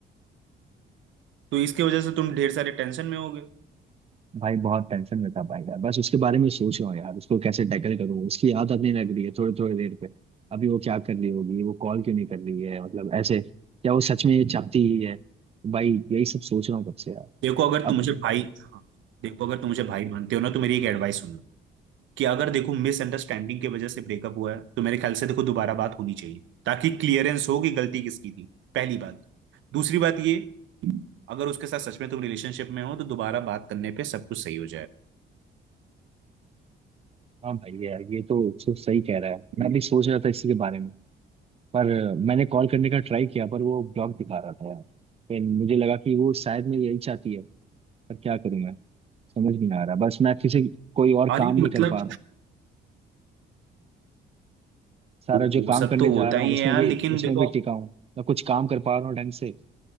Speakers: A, on the right; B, on the right.
A: तो इसके वजह से तुम ढेर सारे टेंशन में हो गए
B: भाई बहुत टेंशन में था भाई यार बस उसके बारे में सोच रहा हूँ यार उसको कैसे टैकल करूँ उसकी आदत नहीं लग रही है थोड़ी थोड़ी देर पे अभी वो क्या कर रही होगी वो कॉल क्यों नहीं कर रही है मतलब ऐसे क्या वो सच में ये चाहती ही है भाई यही सब सोच रहा हूँ कब से यार
A: देखो अगर
B: अब
A: तुम मुझे भाई हाँ, देखो अगर तुम मुझे भाई मानते हो ना तो मेरी एक एडवाइस सुनना कि अगर देखो मिसअंडरस्टैंडिंग की वजह से ब्रेकअप हुआ है तो मेरे ख्याल से देखो दोबारा बात होनी चाहिए ताकि क्लियरेंस हो कि गलती किसकी थी पहली बात दूसरी बात ये अगर उसके साथ सच में तुम रिलेशनशिप में हो तो दोबारा बात करने पे सब कुछ सही हो
B: हाँ भाई यार ये तो सब सही कह रहा है मैं
A: जाएगा
B: भी सोच रहा था इसी के बारे में पर मैंने कॉल करने का ट्राई किया पर वो ब्लॉक दिखा रहा था यार फिर मुझे लगा कि वो शायद मैं यही चाहती है पर क्या करूँ मैं समझ नहीं आ रहा बस मैं किसी कोई और
A: और
B: काम
A: ये
B: नहीं
A: मतलब
B: कर पा रहा हूँ सारा
A: वो
B: जो
A: वो
B: काम
A: सब
B: करने
A: तो
B: जा
A: होता
B: रहा
A: ही
B: हूँ उसमें
A: है यार
B: भी
A: लेकिन
B: उसमें
A: देखो
B: भी टिका हूँ ना कुछ काम कर पा रहा हूँ ढंग से